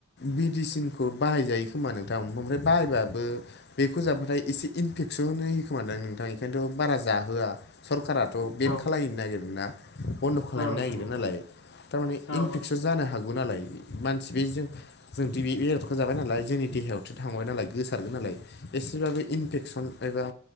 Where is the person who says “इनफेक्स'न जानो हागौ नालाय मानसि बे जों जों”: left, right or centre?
Left